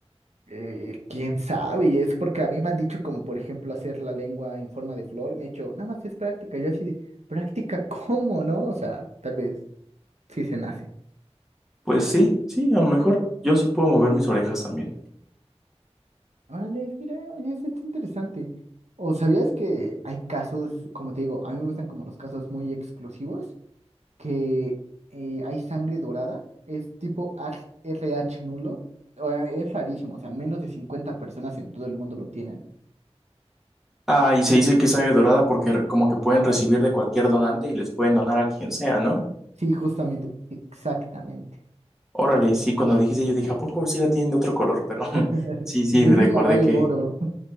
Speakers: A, on the right; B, in the centre.
A: Eh, quién sabe, y es porque a mí me han dicho como por ejemplo hacer la lengua en forma de flor y me he dicho, nada más es práctica, yo así de, práctica, ¿cómo no? O sea, tal vez sí se nace.
B: Pues sí, sí, a lo mejor yo sí puedo mover mis orejas también.
A: Órale, mira, oye, eso está interesante. ¿O sabías que hay casos, como te digo, a mí me gustan como los casos muy exclusivos? que eh, hay sangre dorada, es tipo H- RH nulo, o, eh, es rarísimo, o sea, menos de 50 personas en todo el mundo lo tienen.
B: Ah, y se dice que es sangre dorada porque re- como que pueden recibir de cualquier donante y les pueden donar a quien sea, ¿no?
A: Sí, justamente, exactamente.
B: Órale, sí, cuando dijiste yo dije, ¿a poco sí la tienen de otro color? Pero
A: <laughs>
B: <laughs> sí, sí,
A: Brilla,
B: me recordé
A: vale
B: que
A: oro. <laughs>